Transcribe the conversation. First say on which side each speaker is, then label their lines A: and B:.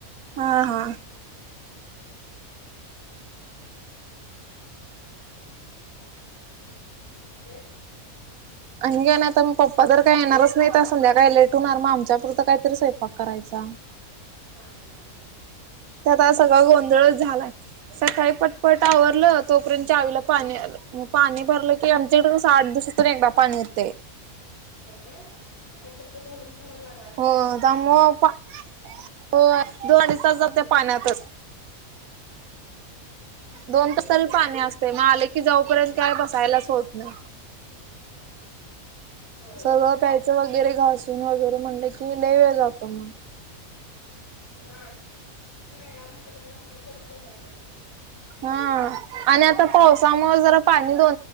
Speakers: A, on the right; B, on the left.
A: हा हा
B: आणि ते -
A: आई नाही आता तर मग पप्पा तर काय येणारच नाही तर संध्याकाळी लेट होणार, मग आमच्या पुुरतं काहीतरी स्वयपाक करायचा.
B: हा हा.
A: त्यात आज सगळा गोंधळच
B: पनीर
A: झालाय. सकाळी पटपट आवरलं, तोपर्यंत चावीला पाणी आलं. मग पाणी भरलं. की आमच्याकडं कसं आठ दिवसातून एकदा पाणी येतंय.
B: हो का मग कसं भरून ठेवायला लाग
A: हो त्यामुळं पा हो, दोन अडीच तास जाते पाण्यातच.
B: हम्म, हम्म.
A: दोन तासाला पाणी असतंय. मग आले की जाऊपर्यंत काय बसायलाच होत नाय.
B: होय
A: सगळं प्यायचं वगैरे घासून वगैरे म्हणलं की, लय वेळ जातो मग.
B: हा <unintelligible> घासून करूनच भरायला पाहिजे की.
A: हा आणि आता पावसामुळं जरा पाणी दो